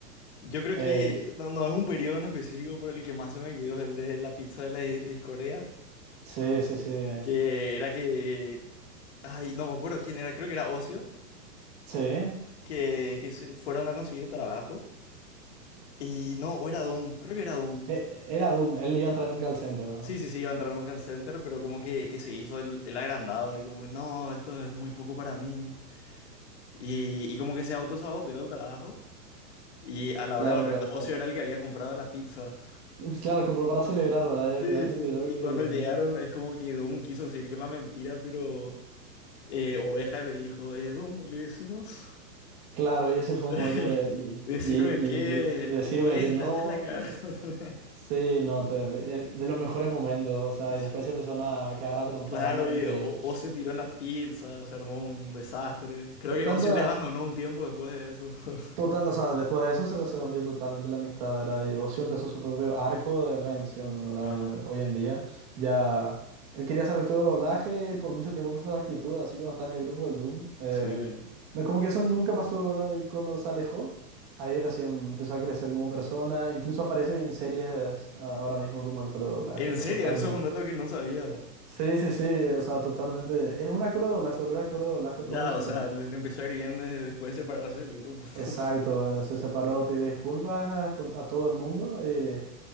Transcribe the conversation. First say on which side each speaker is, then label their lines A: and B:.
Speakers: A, on the left; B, on the right.
A: Yo creo
B: Eh,
A: que no, no es un periodo en específico, pero el que más se me quedó es el de la pizza de la di- discordia,
B: sí, sí, sí, eh,
A: que era que, ay, no me acuerdo quién era, creo que era Ocio,
B: sí, eh,
A: que, que se fueron a conseguir trabajo. Y no, o era Doom, creo que era Doom.
B: era Doom, él iba a entrar nunca al centro, ¿no?
A: Sí, sí, sí, iba a entrar en un call center, pero como que, que se hizo el, el agrandado y como que no, esto es muy poco para mí. Y, y como que se autosaboteó el trabajo. Y a la
B: Claro,
A: hora de volver,
B: claro,
A: Ocio
B: claro.
A: era el que había comprado la pizza.
B: Pues Claro, compró para celebrar, ¿verdad? Y al
A: Sí,
B: final se
A: sí.
B: enteró que,
A: Y cuando llegaron, es como que Doom quiso seguir con la mentira, pero eh, Oveja le dijo, eh, Doom, le decimos,
B: claro, y ese fue
A: <laughs>
B: un momento de, y,
A: decirme
B: y-
A: que
B: y decirme
A: Oveja,
B: que no,
A: ya la cagaste.
B: eh, sí, no, terri- eh, de los mejores momentos,
A: <laughs>
B: o sea,
A: Sí.
B: y después se empezaron a cagar a trompadas,
A: Claro,
B: ¿no?
A: y
B: Increíble.
A: O- Ocio tiró las pizzas, se armó un desastre. Creo que
B: Estando
A: Ocio les abandonó un tiempo después de eso. <laughs>
B: total, o sea, después de eso se, se rompió totalmente la amistad, ¿verdad? Y Ocio empezó
A: Sí.
B: su propio arco de redención, ¿verdad?
A: Ajá.
B: Donde
A: ajá.
B: hoy en día ya él quería ser actor de doblaje y por mucho tiempo por su actitud, así que cuando estaba en el grupo del Doom, eh,
A: Sí.
B: no, como que eso nunca pasó, ¿verdad? Y cuando se alejó, ahí recién empezó a crecer como persona, incluso aparece en series eh, ahora mismo como actor de doblaje,
A: En
B: o sea,
A: serio,
B: totalmente.
A: eso es un dato que no sabía.
B: Sí, sí, sí, o sea, totalmente. Es un actor de doblaje, se volvió actor de doblaje
A: Ya,
B: profesional.
A: o sea, le, le empezó a ir bien desde después de separarse del grupo.
B: Exacto,
A: <laughs>
B: eh, se separó, pidió disculpas a, con- a todo el mundo eh,